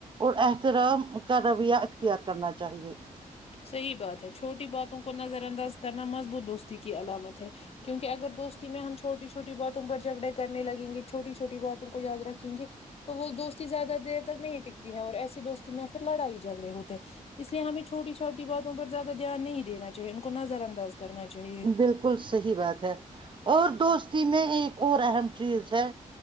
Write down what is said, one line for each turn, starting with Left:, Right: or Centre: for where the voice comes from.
Right: اور احترام کا رویہ اختیار کرنا چاہیے <unintelligible>
Left: صحیح بات ہے چھوٹی باتوں کو نظر انداز کرنا مضبوط دوستی کی علامت ہے کیونکہ اگر دوستی میں ہم چھوٹی چھوٹی باتوں پر جھگڑے کرنے لگیں گے چھوٹی چھوٹی باتوں کو یاد رکھیں گے تو وہ دوستی زیادہ دیر تک نہیں ٹکتی ہے اور ایسی دوستی میں پھر لڑائی جھگڑے ہوتے ہیں اس لیے ہمیں چھوٹی چوٹی چھٹی باتوں پر زیادہ دھیان نہیں دینااہیے ان کو نظر انداز کرنا چاہیے
Right: بالکل صحیح بات ہے اور دوستی میں ایک اور اہم چیز ہے